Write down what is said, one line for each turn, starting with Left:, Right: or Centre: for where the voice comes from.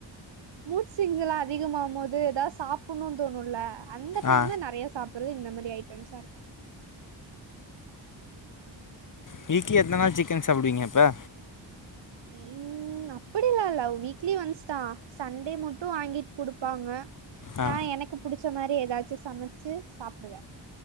Right: மூட சிங்ஸ் எல்லா அதிகமாவு போது ஏதாவது சாப்பிடணும்னு தோணும்ல அந்த டைம்ல
Left: ஆ
Right: நிறைய சாப்படுறது இந்த மாதிரி ஐட்டம்ஸா இரு
Left: வீக்லி எத்தன நாள் சிக்கன் சாப்பிடுவீங்க அப்ப
Right: உம் அப்படிலா இல்ல வீக்லி ஒன்ஸ் தா சண்டே மட்டு வாங்கி கொடுப்பாங்க
Left: ஆ
Right: நா எனக்கு பிடிச்ச மாதிரி ஏதாச் சு சமைச்சு சாப்பிடுவ